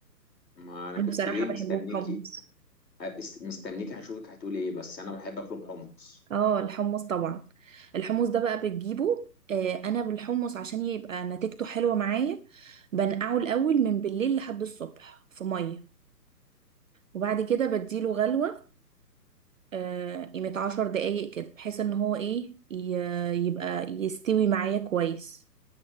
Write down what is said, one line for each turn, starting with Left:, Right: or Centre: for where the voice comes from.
Left: ما انا كنت
Right: انا بصراحة
Left: ايه
Right: بحبه
Left: مستنيكي
Right: بحمص
Left: أ- است- مستنيكي هشوفك هتقولي ايه بس انا بحب اطلب حمص
Right: اه الحمص طبعا الحمص ده بقى بتجيبه آه، انا بالحمص عشان يبقى نتيجته حلوة معايا بنقعه الاول من بالليل لحد الصبح في مية وبعد كده بديله غلوة آه، قيمة عشر دقايق كده بحيث ان هو ايه ي- يبقى يستوي معايا كويس